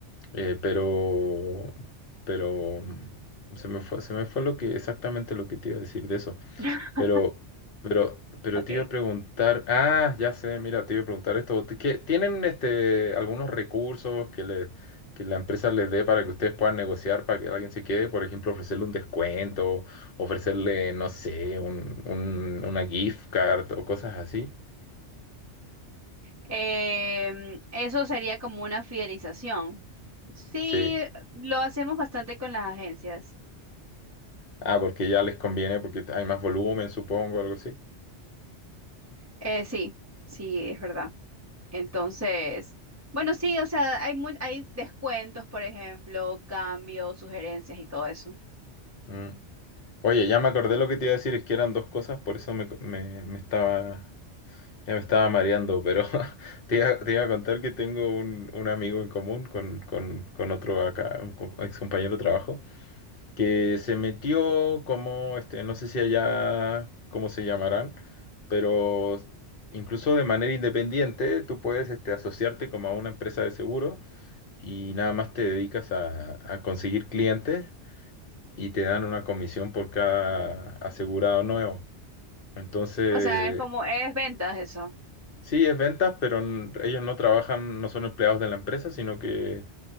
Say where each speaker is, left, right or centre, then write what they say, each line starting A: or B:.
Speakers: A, on the left; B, on the right.
A: Eh, pero, pero mm, se me fue, se me fue lo que, exactamente lo que te iba a decir de eso.
B: <laughs>
A: Pero, pero, pero
B: Ok.
A: te iba a preguntar, ah, ya sé, mira, te iba a preguntar esto. ¿t- qué- ¿Tienen este algunos recursos que le, que la empresa les dé para que ustedes puedan negociar para que alguien se quede? Por ejemplo, ofrecerle un descuento, ofrecerle, no sé, un, un- una gift card o cosas así.
B: Em, eso sería como una fidelización. Sí,
A: Sí.
B: lo hacemos bastante con las agencias.
A: Ah, porque ya les conviene, porque hay más volumen, supongo, algo así.
B: Eh, sí, sí, es verdad. Entonces, bueno, sí, o sea, hay mu- hay descuentos, por ejemplo, cambios, sugerencias y todo eso.
A: Mm. Oye, ya me acordé lo que te iba a decir, es que eran dos cosas, por eso me, me- me estaba, ya me estaba mareando, pero <laughs> te iba, te iba a contar que tengo un, un amigo en común con, con, con otro acá, un co- ex compañero de trabajo, que se metió como, este, no sé si allá, cómo se llamarán, pero incluso de manera independiente tú puedes, este, asociarte como a una empresa de seguro y nada más te dedicas a, a conseguir clientes y te dan una comisión por cada asegurado nuevo. Entonces,
B: O sea, es como, es ventas eso,
A: sí, es ventas, pero n- ellos no trabajan, no son empleados de la empresa, sino que